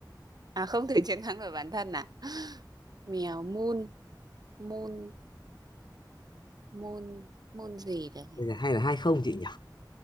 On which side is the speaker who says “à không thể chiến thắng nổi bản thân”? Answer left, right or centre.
Right